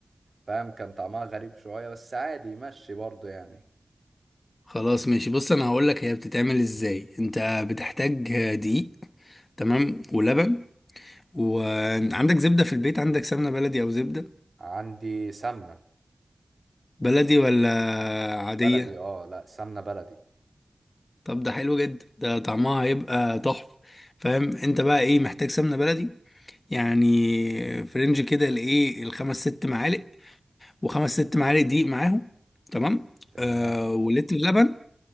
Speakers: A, on the right; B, on the left.
A: فاهم كان طعمها غريب شويه بس عادي يمشي برضه يعني
B: خلاص ماشي بص انا هقول لك هي بتتعمل ازاي انت بتحتاج آه، دقيق تمام ولبن وعندك زبدة في البيت عندك سمنة بلدي او زبدة
A: عندي سمنه
B: بلدي ولا عادية
A: بلدي اه لا سمنه بلدي
B: طب ده حلو جدا ده طعمها هيبقى تحفة فاهم انت بقى ايه محتاج سمنة بلدي يعني فرنج كده الايه الخمس ست معالق وخمس ست معالق دقيق معاهم تمام
A: تمام
B: آه ولتر لبن